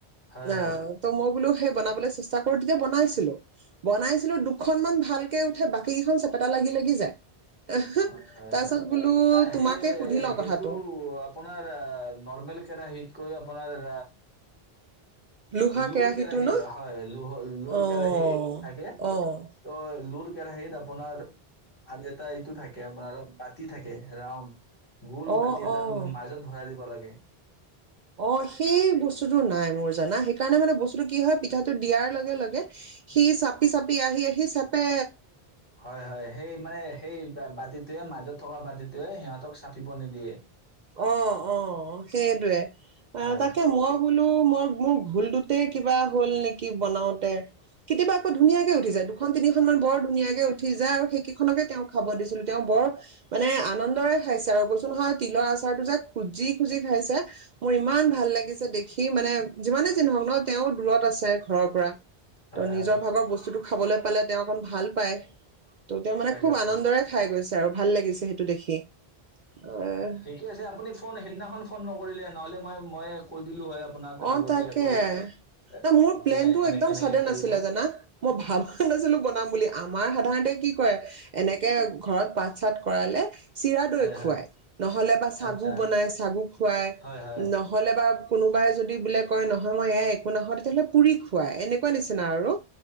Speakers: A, on the left; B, on the right.
A: হয়
B: অ
A: হয়
B: ত মই বোলো। বনাবলৈ চেষ্টা কৰো তেতিয়া বনাইছিলো বনাইছিলো দুখনমান ভালকে উঠে বাকী কেইখন চেপেটা লাগি লাগি যায়। তাৰ
A: হয় হয় হয়
B: পাছত বোলো
A: তাৰ সেই
B: তোমাকে সুধি লওঁ
A: সেইটো
B: কথাটো
A: আপোনাৰ নৰ্মেল কেৰাহীটো। কৈ আপোনাৰ এ।
B: লোহা
A: লুৰ
B: কেৰাহীটো
A: কেৰাহী
B: ন
A: হয় ল লুৰ
B: অ
A: কেৰাহী থাকে
B: অ
A: ত লুৰ। সেইত আপোনাৰ আৰু এটা এইটো থাকে। আপোনাৰ বাতি থাকে ৰাউণ্। গোল
B: অ
A: বাতি এটা
B: অ
A: মাজত ভৰাই দিব লাগে। <unintelligible>
B: অ সেই বস্তুতো নাই মোৰ জানা সেইকাৰণে মানে বস্তুটো কি হয় পিঠাটো দিয়াৰ লগে লগে সি চাপি চাপি আহি আহি চেপে।
A: হয় হয় সেই মানে সেই। বাতিটোৱে মাজত থকা বাতিটোৱে সিহঁতক চাপিব নিদিয়ে।
B: অ অ সেইটয়ে। অ
A: হয়,
B: তাকে মই। বলো মই মোৰ ঘোলটোতে কিবা হল নেকি বনাওতে কেতিয়াবা আকৌ ধুনীয়াকে উঠি যায় দুখন তিনিখন মান বৰ ধুনীয়াকে উঠি যায় আৰু সেইকেইখনকে তেওঁক খাব দিছিলো তেওঁ বৰ মানে আনন্দৰে খাইছে আৰু কচোন হয় তিলৰ আ। াৰ যোক খুজি খুজি খাইছে মোৰ ইমান ভাল লাগিছে দেখি মানে যিমানে চিহওক ন তেওঁ দূৰত আছে ঘৰৰ পৰা।
A: হয়,
B: ত' নিজৰ
A: হয়।
B: ভাগৰ বস্তুতটো। খাবলৈ পালে তেওঁ অকণ ভাল পায়। ত' তেওঁ মানে
A: তাকেতো।
B: খুব আনন্দৰে খাই গৈছিল। ভাল লাগিছে সেইটো দেখি আহ।
A: ঠিক আছে আপুনি ফোন সেইদিনাখন ফোন নকৰিলে নহ'লে মই। মই কৈ দিলো হয়। আপোনাক
B: অ
A: আগতীয়াকৈ
B: তাকে
A: এ
B: ন মোৰ প্লেন
A: যে
B: টো
A: এনেকে
B: একদম
A: এনেকে
B: চাদেন
A: কৰিব।
B: আছিলে জানা মই ভাবা নাছিলো বনাম বুলি। আমাৰ সাধাৰণতে কি কৰে এনেকে ঘৰত পাঠ চাত কৰালে। চিৰা দৈ
A: হয়,
B: খুৱাই
A: হয়।
B: নহ'লে বা চাগু
A: আচ্ছা।
B: বনাই চাগু খুৱাই
A: হয়, হয়।
B: নহ'লে বা। কোনোবাই যদি বোলে কয় নহয় মই এাই একো নাহওঁ তেতিয়াহ'লে পুৰি খুৱাই এনেকুৱা নিচিনা আৰু